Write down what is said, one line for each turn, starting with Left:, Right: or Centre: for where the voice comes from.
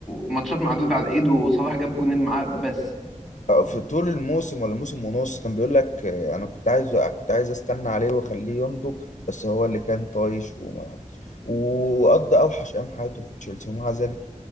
Centre: ماتشات معدودة على الايد وصلاح جاب جونين معاه بس
Left: آه، في طول الموسم ولا موسم ونص كان بيقول لك آه، انا كنت عايز كنت عايز استنى عليه واخليه ينضج بس هو اللي كان طايش وما لعبش وقضى اوحش ايام حياته في تشيلسي ومع ذلك